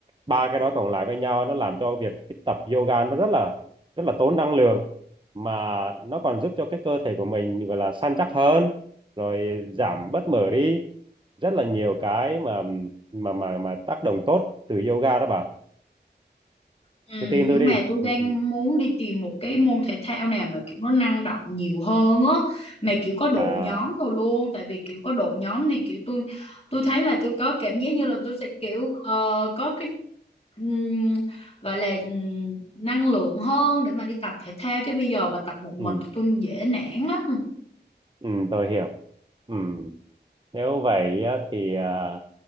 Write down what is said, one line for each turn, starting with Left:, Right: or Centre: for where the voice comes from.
Right: ba cái đó cộng lại với nhau nó làm cho việc tập yoga nó rất là rất là tốn năng lượng mà nó còn giúp cho cái cơ thể của mình gọi là săn chắc hơn rồi giảm bớt mỡ đi rất là nhiều cái mà mà mà mà tác động tốt từ yoga đó bà
Left: Ừ,
Right: cứ tin
Left: nhưng
Right: tôi đi
Left: mà tôi
Right: ừ,
Left: đang
Right: ừ.
Left: muốn đi tìm một cái môn thể thao nào mà kiểu nó năng động nhiều hơn á mà kiểu có đội
Right: à
Left: nhóm rồi luôn tại vì kiểu có đội nhóm thì kiểu tôi tôi thấy là tôi có cảm giác như là tôi sẽ kiểu ờ, có cái ừm, gọi là ừm, năng lượng hơn để mà đi tập thể thao chứ bây giờ mà tập một mình
Right: ừ,
Left: tôi dễ nản lắm
Right: ừ, tôi hiểu ừ. nếu vậy á, thì à,